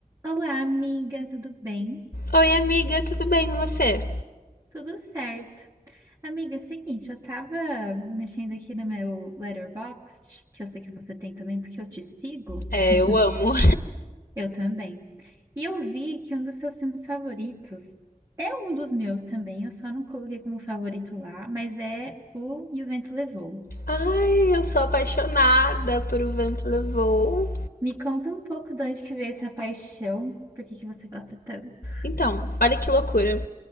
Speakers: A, on the right (about 20°); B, on the left (about 85°).
A: Olá, amiga, tudo bem?
B: Oi, amiga, tudo bem com você?
A: Tudo certo. Amiga, é o seguinte, eu tava mexendo aqui no meu Letterboxd, que eu sei que você tem também, porque eu te sigo.
B: É,
A: <laughs>
B: eu amo.
A: Eu também. E eu vi que um dos seus filmes favoritos é um dos meus também, eu só não coloquei como favorito lá, mas é o E o Vento Levou.
B: Ai, eu sou apaixonada por O Vento Levou.
A: Me conta um pouco de onde que veio essa paixão, por que que você gosta tanto?
B: Então, olha que loucura.